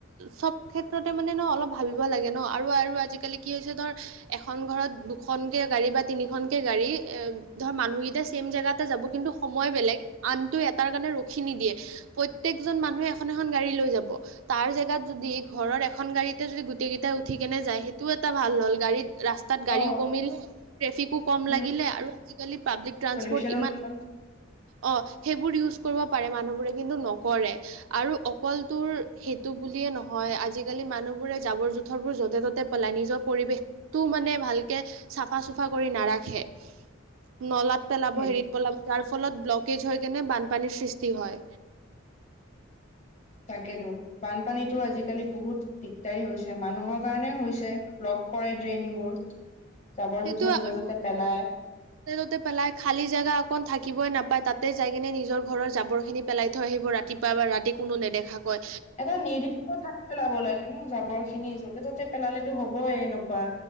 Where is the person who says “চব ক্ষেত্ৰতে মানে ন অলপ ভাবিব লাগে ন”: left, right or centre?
Right